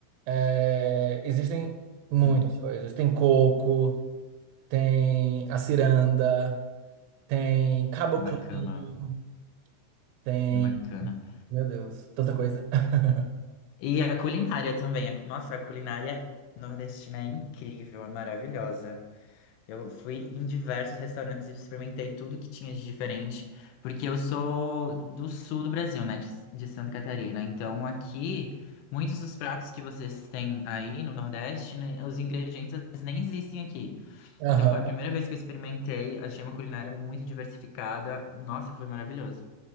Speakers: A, on the right; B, on the left.
A: é, existem muitas
B: Hum,
A: coisas. Tem coco, tem a ciranda, tem caboclinho,
B: bacana,
A: tem.
B: bacana.
A: Meu Deus, tanta coisa. <laughs>
B: E a culinária também. a- Nossa, a culinária nordestina é incrível, é maravilhosa. Eu fui em diversos restaurantes e experimentei tudo que tinha de diferente, porque eu sou do sul do Brasil, né, de, de Santa Catarina. Então aqui, muitos dos pratos que vocês têm aí no Nordeste, né, os ingredientes às vezes, nem existem aqui.
A: Aham.
B: Então foi a primeira vez que eu experimentei, achei uma culinária muito diversificada. Nossa, foi maravilhoso.